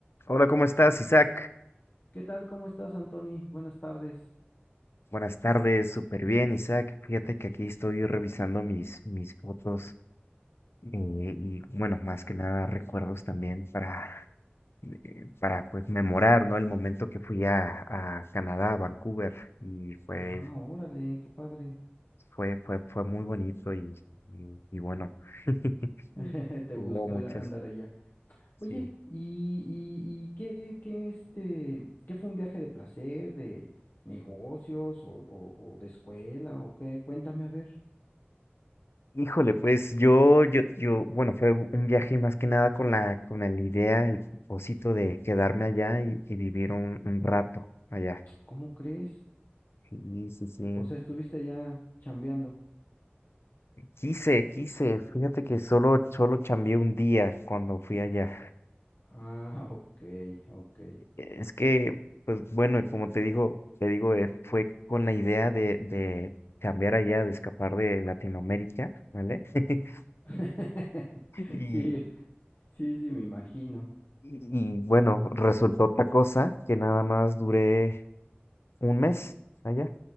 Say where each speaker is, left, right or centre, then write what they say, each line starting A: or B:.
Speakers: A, on the left (about 75°); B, on the left (about 55°).
A: Hola, ¿cómo estás, Isaac?
B: ¿Qué tal? ¿Cómo estás, Anthony? Buenas tardes.
A: Buenas tardes, súper bien, Isaac. Fíjate que aquí estoy revisando mis, mis fotos eh, y, bueno, más que nada recuerdos también para, eh, para pues memorar, ¿no? El momento que fui a, a Canadá, a Vancouver, y fue,
B: Ah, órale, qué padre.
A: fue, fue, fue muy bonito y, y, y bueno, <laughs>
B: <laughs> Te
A: hubo
B: gustó
A: muchas,
B: ir a- andar allá. Oye,
A: sí,
B: ¿y, y, y qué, qué, este, qué fue un viaje de placer, de negocios o, o- o de escuela o qué? Cuéntame a ver,
A: Híjole, pues yo, yo, yo, bueno, fue u- un viaje más que nada con la, con la idea, el propósito de quedarme allá y, y vivir un, un rato allá.
B: ¿cómo crees?
A: Sí, sí, sí.
B: O sea, estuviste allá chambeando.
A: Quise, quise. Fíjate que solo, solo chambeé un día cuando fui allá.
B: Ah, ok, ok.
A: Es que, pues bueno, como te digo, te digo, eh, fue con la idea de, de cambiar allá, de escapar de Latinoamérica, ¿vale? <laughs>
B: <laughs>
A: Y,
B: Sí, sí, sí, me imagino.
A: y y, bueno, resultó otra cosa que nada más duré. ¿Un mes allá?